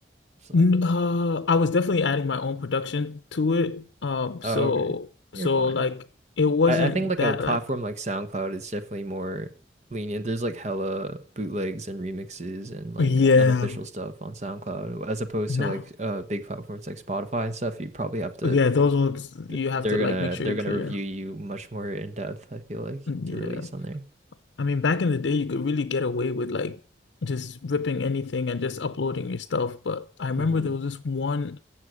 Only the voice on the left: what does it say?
n- uh, I was definitely adding my own production to it. Um, so
so
like it wasn't
that
like
yeah,
no.
Yeah, those ones
you have
to like
make sure
you're
clear.
Mm, Yeah.
I mean, back in the day you could really get away with like just ripping anything and just uploading your stuff, but I remember
there was this one